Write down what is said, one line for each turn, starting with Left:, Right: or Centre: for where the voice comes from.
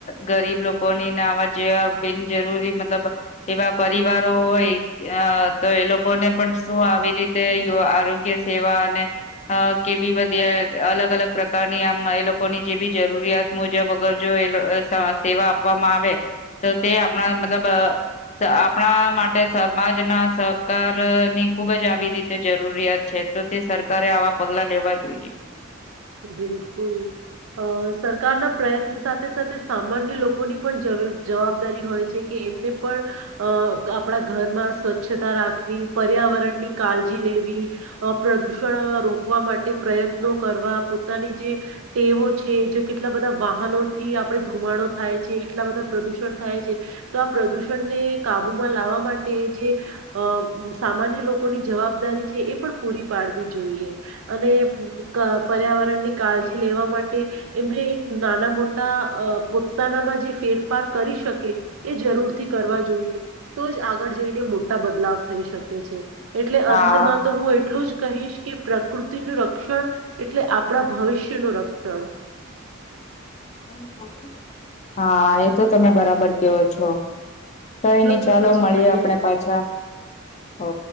Left: ગરીબ લોકો ને આવા જેવા બિનજરૂરી મતલબ એવા પરિવારો હોય તો એ લોકો ને પણ શું આવી રીતે આરોગ્ય સેવા અને કેવી બધી અલગ અલગ પ્રકારની આમ એ લોકોની જે બી જરૂરિયાત મુજબ અગર જો સેવા આપવામાં આવે તો તે આપણા મતલબ આપણા માટે સમાજના સહકાર ની ખુબ જ આવી રીતે જરૂરિયાત છે તો તે સરકારે આવા પગલા લેવા જોઈએ
Right: બિલકુલ અ સરકારના પ્રયત્ન સાથે સાથે સામાન્ય લોકોની પણ જવાબદારી હોય છે કે એમને પણ અ આપણા ઘરમાં સ્વચ્છતા રાખવી પર્યાવરણની કાળજી લેવી વી પ્રદૂષણ રોકવા માટે પ્રયત્નો કરવા પોતાની જે ટેવો છે જે કેટલા બધા વાહનો થી આપડે ધુમાડો થાય છે એટલા બધા પ્રદૂષણ થાય છે તો આ પ્રદુષણને કાબુમાં લાવવા માટે જે સામાન્ય લોકોની જવાબદારી છે એ પણ પૂરી પાડવી જોઈએ અને પર્યાવરણ ની કાળજી લેવા માટે એમને એક નાના મોટા અ પોતાનામાં જે ફેરફાર કરી શકે એ જરૂરથી કરવા જોઈએ તો જ આગળ જઈને મોટા બદલાવ થઈ શકે છે એટલે
Left: હા
Right: અંતમાં તો હું એટલું જ કહીશ કે પ્રકૃતિનું રક્ષણ એટલે આપણા ભવિષ્ય નું રક્ષણ
Left: <inaudible> હા એ તો તમે બરાબર કેયો છો કઈ ની ચાલો
Right: તો પછી
Left: મળીએ
Right: મને
Left: આપણે પાછા હો